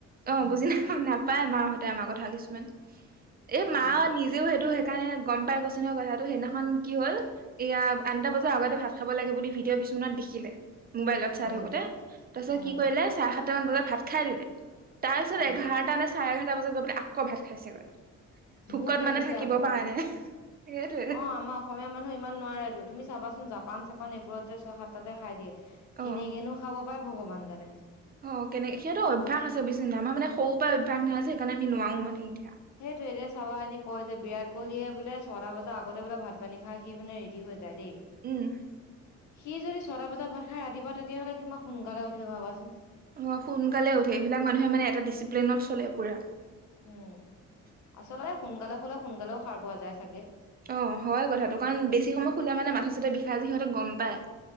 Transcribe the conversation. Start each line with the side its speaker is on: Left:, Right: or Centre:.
Right: অ,
Left: উম
Right: বুজি নাপ নাপায় মাহতে আমাৰ কথা কিছুমান এই মা
Left: অ
Right: নিজ ও সেইটো সেইকাৰণে গম পাই কৈছ নহয় কথাটো সেইদিনাখন কি হ'ল এয়া টা বজা আগতে ভাত খাব লাগে বুলি ভিডিঅ' কিছুমানত দেখিলে মোবাইলত চাই
Left: উম
Right: থাকোতে তাৰপিছত
Left: উম
Right: কি কৰিলে চাৰে সাতটা মান বজাত ভাত খাই দিলে। তাৰপিছত
Left: উম
Right: এঘাৰটা নে চাৰে এঘাৰটা বজাত গৈ পেলে আকৌ ভাত খাইছেগৈ। ভোকত
Left: ভোক লাগিছে
Right: মানে থাকিব
Left: আকৌ
Right: পৰা নাই সেইটোৱে।
Left: অ আমাৰ অসমীয়া মানুহ ইমান নোৱাৰেতো তুমি চাবাচোন জাপান চাপান এইবোৰত যে ছয় সাতটাতে খাই দিয়ে কেনেকেনো
Right: অ
Left: খাব পাই ভগৱান জানে।
Right: অ, কেনেক সিহটো অভ্যাস আ বেছিাই আমাৰ মান সৰুৰ পৰাই অভ্যাস নাই আছে সেইকাৰণ আমি নোৱাৰো মানে এতিয়া।
Left: সেইটোৱে এতিয়া চাবা এনে কয় যে বিৰাট কোহলিয়ে বোলে ছটা বজাৰ আগতে বোলে ভাত পানী খাই সি মানে ৰেডি হৈ যায় দেই
Right: উম,
Left: সি যদি ছটা বজাত ভাত খাই ৰান্ধিব তেতিয়াহলে কিমান সোনকালে উঠে ভাবাচোন।
Right: অ, সোনকালে উঠে স এইবিলাক মানুহে মানে এটা ডিচিপ্লিনত চলে পুৰা।
Left: উম, আচলতে সোনকালে হ'লে সোনকালেও সাৰ পোৱা যায় চাগে।
Right: অ, হয় কথাটো কাৰণ বেছি সময় খোলা মানে মাথা চাথা বিষাই যে সিহঁতে গম পায়।